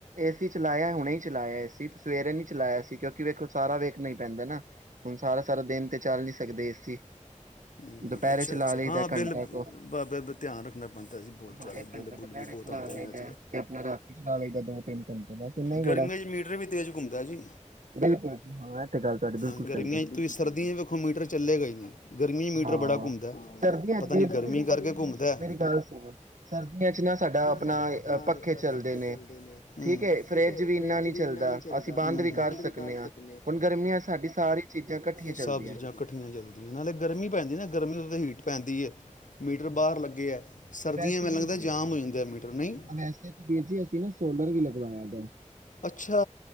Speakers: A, on the right (about 80°); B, on the left (about 80°).
A: ਇਸ ਚਲਾਇਆ ਹੁਣੇ ਹੀ ਚਲਾਇਆ ਸੀ ਸਵੇਰੇ ਨੀ ਚਲਾਇਆ ਸੀ ਕਿਉਂਕਿ ਵੇਖੋ ਸਾਰਾ ਵੇਖਣਾ ਹੀ ਪੈਂਦਾ ਨਾ ਹੁਣ ਸਾਰਾ ਸਾਰਾ ਦਿਨ ਤੇ ਚੱਲ ਨੀ ਸਕਦੇ ਅਸੀਂ
B: ਹਮ,
A: ਦੁਪਹਿਰੇ
B: ਅੱਛਾ
A: ਚਲਾ ਲਈਦਾ
B: ਹਾਂ
A: ਘੰਟਾ
B: ਬਿੱਲ
A: ਤੋਂ
B: ਬਾਬੇ ਬ- ਧਿਆਨ ਰੱਖਣਾ ਪੈਂਦਾ ਜੀ ਬਹੁਤ
A: ਹਾਂ
B: ਜ਼ਿਆਦਾ
A: ਇੱਕ
B: ਬਿੱਲ
A: ਘੰਟਾ
B: ਬੁੱਲ
A: ਦੁਪਹਿਰੇ
B: ਵੀ ਬਹੁਤ
A: ਚਲਾ
B: ਆਉਂਦੇ
A: ਲਈਦਾ
B: ਨੇ ਅੱਜ
A: ਤੇ ਆਪਣਾ ਰਾਤੀ ਚਲਾ ਲਈਦਾ ਦੋ ਸ ਇਨਾ ਹੀ ਬੜਾ
B: ਗਰਮੀਆਂ 'ਚ ਮੀਟਰ ਵੀ ਤੇਜ਼ ਘੁੰਮਦਾ ਜੀ
A: ਬਿਲਕੁਲ ਹਾਂ ਇਹ ਤੇ ਗੱਲ ਤੁਹਾਡੀ ਬਿਲਕੁਲ
B: ਹਾਂ ਗਰਮੀਆਂ
A: ਸਹੀ ਹੈ
B: ਚ ਤੁਸੀਂ ਸਰਦੀਆਂ ਚ ਵੇਖੋ ਮੀਟਰ ਚੱਲੇਗਾ ਹੀ ਨਹੀਂ ਗਰਮੀ ਮੀਟਰ
A: ਹਾਂ
B: ਬੜਾ ਹੁੰਦਾ
A: ਸਰਦੀਆਂ
B: ਪਤਾ
A: ਚ ਵੀਰ
B: ਨੀ ਗਰਮੀ
A: ਜੀ ਫਿਰ ਕੋਈ
B: ਕਰ
A: ਵੀ
B: ਘੁੰਮਦਾ
A: ਮਸ਼- ਮੇਰੀ ਗੱਲ ਸੁਣੋ ਸਰਦੀਆਂ ਚ ਨਾ
B: ਸਾਡਾ
A: ਅ,
B: ਆਪਣਾ
A: ਪੱਖੇ ਚੱਲਦੇ
B: ਚਦੇ ਨੇ
A: ਹੈ
B: ਠੀਕ
A: ਫਰਿੱਜ
B: ਫਰਿਜ
A: ਇੰਨਾ ਨਹੀਂ
B: ਵੀ
A: ਚੱਲਦਾ
B: ਇਨਾ ਨ ਚਲਦਾ
A: ਅਸੀਂ
B: ਬੰਦ ਵੀ
A: ਸਕਦੇ
B: ਕਰ
A: ਹਾਂ
B: ਸਕ ਸ ਚ
A: ਹੁਣ ਗਰਮੀਆਂ 'ਚ ਸਾਡੀ ਸਾਰੀ ਚੀਜ਼ਾਂ ਇਕੱਠੀਆਂ ਚੱਲਦੀਆਂ
B: ਸਭ ਚੀਜ਼ਾਂ ਕੱਠੀਆਂ ਚੱਲਦੀਆਂ ਗਰਮੀ ਪੈਂਦੀ ਨਾ ਗਰਮੀ ਉਤੇ ਹੀਟ ਪੈਂਦੀ ਹੈ ਮੀਟਰ
A: ਹਾਂਜੀ।
B: ਬਾਹਰ ਲੱਗੇ ਆ ਸਰਦੀਆਂ
A: ਵੈਸੇ
B: ਮ ਲਗਦਾ
A: ਵੀਰ ਜੀ
B: ਜਾਮ ਹੋ ਜਾਂਦੇ ਮੀਟਰ ਨਹੀਂ
A: ਵੈਸੇ ਤਾਂ ਵੀਰ ਜੀ ਅਸੀਂ ਨਾ ਸੋਲਰ ਵੀ ਲਗਵਾਇਆ ਦਾ ਹੈ।
B: ਅੱਛਾ